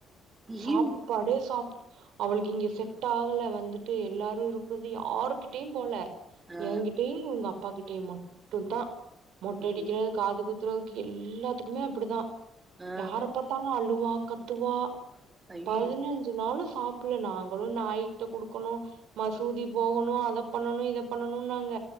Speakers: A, on the right; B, on the right.
A: ஐயோ!
B: சாப்பாடே சாப் அவளுக்கு இங்க செட் ஆகல வந்துட்டு எல்லாரு இருக்கறது யாருக்கிட்டயு போல
A: ஆ,
B: ஏ கிட்டயு அவ்ங்க அப்பா கிட்டயு மட்டுந்தா மொட்ட அடிக்க
A: ம்,
B: காது குத்தக்கு எல்லாத்துக்குமே அப்டிதா
A: ஆ,
B: யாரப்பாத் பாத்தாலு அழுவா கத்துவா
A: ஐயோ!
B: பதினஞ்சு நாலு சாப்டல நாங்களு நாய்கிட்ட குடுக்கணோ மசூதி போகனு அத பண்ணனு இத பண்ணனுன்னாங்க